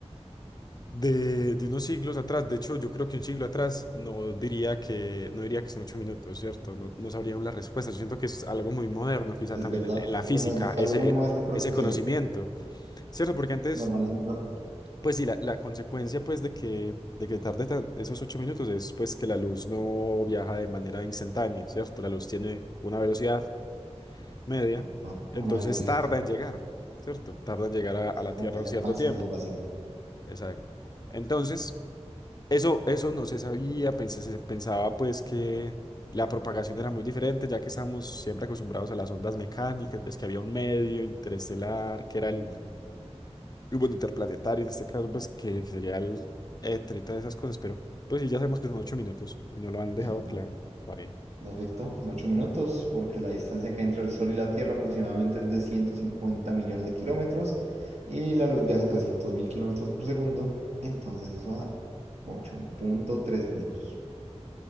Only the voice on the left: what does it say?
de, de unos siglos atrás. De hecho, yo creo que un siglo atrás no diría que, no diría que son ocho minutos, ¿cierto? No, no sabrían la respuesta. Yo siento que eso es algo muy moderno, quizá
también
en en la
física,
ese,
eh,
ese
conocimiento,
¿cierto? Porque antes,
pues sí, la, la consecuencia pues de que, de que tarde tan- esos ocho minutos es pues que la luz no viaja de manera instantánea, ¿cierto? La luz tiene una velocidad media,
entonces
tarda en llegar, ¿cierto? Tarda en llegar a, a la
Tierra
un cierto
tiempo.
Exacto. Entonces, Eso, eso no se sabía, pensé- se pensaba pues que la propagación era muy diferente, ya que estamos siempre acostumbrados a las ondas mecánicas, pues que había un medio interestelar, que era
el, y bueno, interplanetario en este caso, pues que, que sería el éter y todas esas cosas, pero pues sí, ya sabemos que son ocho minutos y no lo han dejado
claro. Está bien.